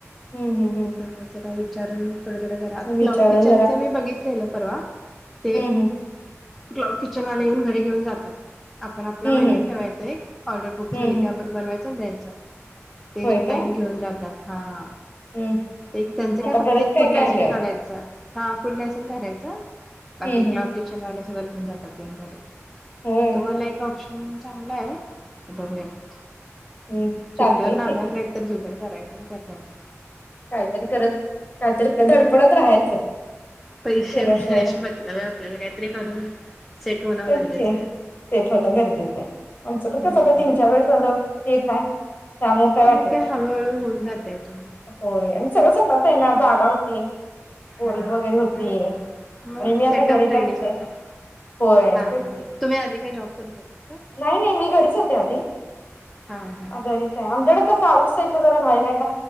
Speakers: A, on the left; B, in the centre.
A: हं, हं, हं.
B: चांग त्यारा <inaudible> विचारुन थोड थोड आता
A: विचारून
B: क्लाउड किचनचं मी बघितलेल परवा, ते
A: हम्म हम्म
B: क्लाउड किचन वाले येऊन घरी घेऊन जातात. आपण आपला
A: हं,
B: मेन्यू
A: हं.
B: ठेवायचा एक ऑर्डर बुक झाली
A: हं, हं.
B: की आपण बनवायच. जावू द्यायचा ते
A: होय
B: स्वतःही
A: काय?
B: घेऊन जातात. हां!
A: हं.
B: एक त्यांचं काय
A: आता
B: फक्त
A: बरंच
B: एक
A: काय
B: फूड लायसन्स
A: काय आलंय अहो.
B: काढायचं. हा फुड लायसन्स काढायच. बाकी
A: हं,
B: क्लाऊड
A: हं.
B: किचन वाले परत घेऊन जातात घरी
A: होय.
B: तो मला एक ऑप्श चांगलं आहे बघू यात.
A: हं. चालतंय
B: चछट्टीवर नाना्यावर
A: की.
B: कायतरी झुपेड <inaudible> करायचं करायचं
A: काहीतरी करत काहीतरी धडपडत राहायचं
B: पैसे
A: केल्याशिवाय
B: मिळण्याचे मतलब आहे आपल्याला काहीतरी करून सेट होणं
A: तेच
B: गरजेचं
A: की
B: आहे
A: सेट होणं गरजेचं आहे आमचं पण कसं
B: हम्
A: आता तीन चार वर्ष झालं सेट आहे त्यामुळे वाटत
B: मग काय
A: नाही
B: हळूहळू होऊन जातय तुमच.
A: होय आणि सगळं स्वतःच आहे ना जागा होती. बोरिंग
B: हा
A: वगैरे
B: मग
A: होती
B: काय मग
A: आणि मी आता
B: सेटअप
A: घरीच
B: रेडीच
A: असते
B: होता
A: होय
B: हा
A: तेच
B: हा
A: की
B: तुम्ही आधी काय जॉब करत होतात का
A: नाही नाही मी घरीच होते आधी
B: हा हा
A: घरीच आहे आमच्याकडे कस आउट साईड ला जरा राहायल ह